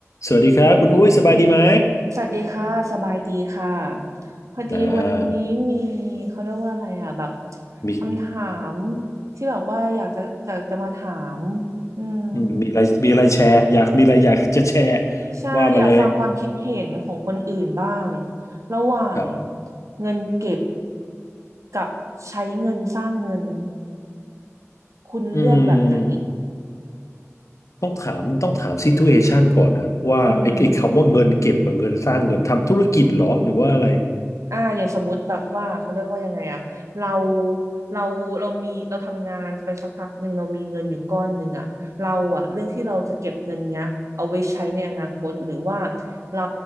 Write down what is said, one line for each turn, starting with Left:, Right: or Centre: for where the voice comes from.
Left: สวัสดีครับคุณอุ้ยสบายดีไหม
Right: สวัสดีค่ะสบายดีค่ะพอดีวันนี้มี
Left: อ่า
Right: เขาเรียกว่าอะไรอ่ะแบบ
Left: มี
Right: คำถามที่แบบว่าอยากจะจะจะมาถามอืม
Left: อืมมีอะไรมีอะไรแชร์อยากมีอะไรอยากจะแชร์
Right: ใช่อยากฟังความคิดเห็นของคนอื่นบ้าง
Left: ว่ามาเลย
Right: ระหว่าง
Left: ครับ
Right: เงินเก็บกับใช้เงินสร้างเงินคุณเลือกแบบไหน
Left: อืมต้องถามต้องถามซิทูเอชันก่อนฮะว่าไอ้ไอ้คำว่าเงินเก็บกับเงินสร้างเงินทำธุรกิจเหรอหรือว่าอะไร
Right: อืม อ่าอย่างสมมุติแบบว่าเขาเรียกว่ายังไงอะเราเราเรามีเราทำงานไปสักพักหนึ่งเรามีเงินอยู่ก้อนหนึ่งอะเราอะเลือกที่เราจะเก็บเงินเนี้ยเอาไว้ใช้ในอนาคตหรือว่าเรา